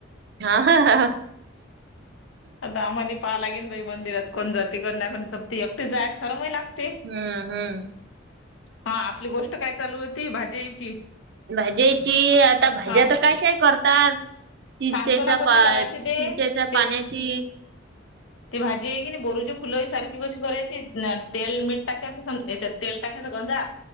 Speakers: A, on the right; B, on the left.
A: अ हा हा.
B: आता आ माले पाहला घेऊन बाई मंदिरात कोण जातंय गंधा घालून सक्ती एकटी जायला चरमही लागते.
A: हम्म हम्म.
B: हा आपली गोष्ट काय चालू होती भाजीची.
A: भाजीची आता भाज्या
B: हा
A: तर कशाही करतात. चिंचेचा
B: सांगतो ना कशी
A: पा
B: करायची ते
A: चिंचेच्या
B: ते
A: पाण्याची.
B: ती भाजी आहेय की नाही बोरूचे फुलं सारखी बशीत भरायची टेल मी टाकायचं संप याच्यात तेल टाकायचं गोंजा.